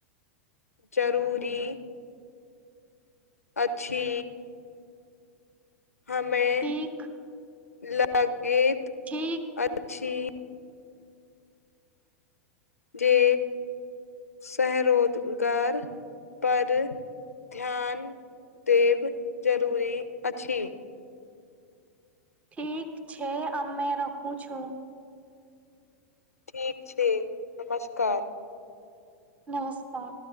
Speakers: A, on the left (about 80°); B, on the right (about 15°).
A: जरूरी अछि हमे
B: ठीक
A: लाख एक
B: ठीक
A: छी जे सरोजगारपर ध्यान देब जरूरी अछि।
B: ठीक छै अमे रखू छु।
A: ठीक छै नमस्कार
B: नमस्कार